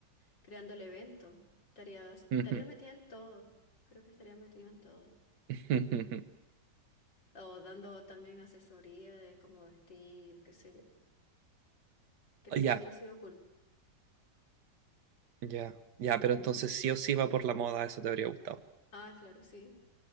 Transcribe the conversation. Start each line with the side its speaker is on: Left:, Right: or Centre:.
Left: creando el evento. Estaría, estaría
Right: <laughs> Ujú,
Left: metida en todo. Creo que estaría metida en todo.
Right: ujú. ujú.
Left: O dando también asesoría de cómo vestir, qué sé yo. Creo
Right: Oh, Ya,
Left: que hubiese sido cool.
Right: ya, ya, pero entonces sí o sí va por la moda, eso te habría gustado.
Left: Ah, claro, sí.